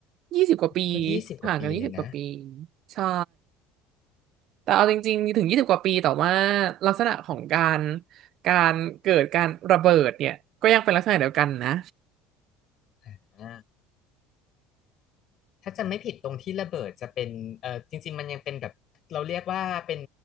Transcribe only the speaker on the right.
ยี่สิบกว่าปี
ห่างกันยี่สิบกว่าปีใช่แต่เอาจริงๆถึงยี่สิบกว่าปีแต่ว่าลักษณะของการการเกิดการระเบิดเนี่ยก็ยังเป็นลักษณะเดียวกันนะ